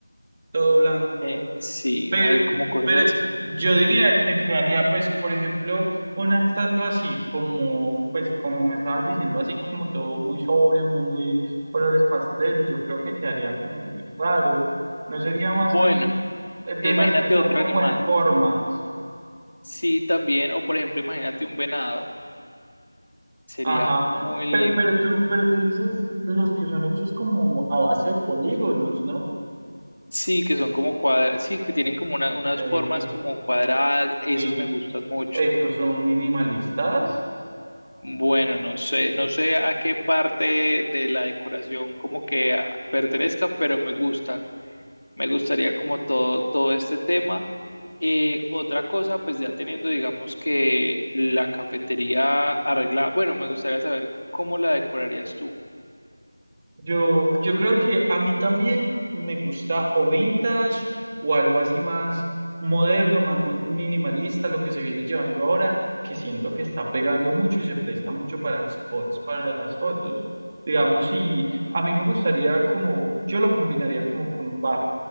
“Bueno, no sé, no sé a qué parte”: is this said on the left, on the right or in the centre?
Left